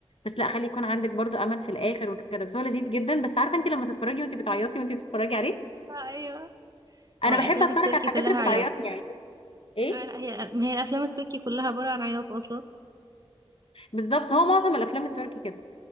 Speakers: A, on the left; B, on the right.
A: بس لا خلي يكون عندك برضو امل في الاخر وكده بس هو لذيذ جدا بس عارفه انت لما تتفرجي وانت بتعيطي وانت بتتفرجي عليه
B: آه ايوه
A: انا
B: هو الافلام
A: بحب اتفرج
B: التركي
A: على الحاجات
B: كلها
A: اللي
B: عياط
A: بتعيطني يعني ايه
B: آه لا هي ما هي الافلام التركي كلها عبارة عن عياط اصلا
A: بالظبط هو معظم الافلام التركي كده